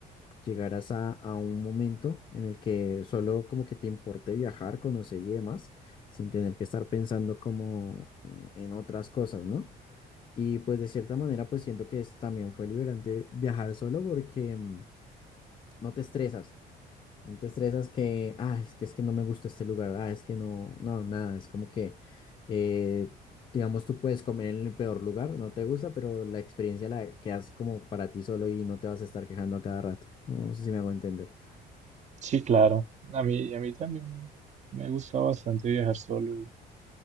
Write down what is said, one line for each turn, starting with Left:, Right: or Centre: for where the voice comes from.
Left: llegaras a, a un momento en el que solo como que te importe viajar, conocer y demás, sin tener que estar pensando como eh, en otras cosas, ¿no? Y pues de cierta manera pues siento que es, también fue liberante viajar solo porque mm, no te estresas. No te estresas que, ah, es que es que no me gustó este lugar, ah, es que no, no, nada, es como que, eh, digamos, tú puedes comer en el peor lugar, no te gusta, pero la experiencia la quedas como para ti solo y no te vas a estar quejando a cada rato. No sé si me hago entender.
Right: Sí, claro, a mí, a mí también me gusta bastante viajar solo, y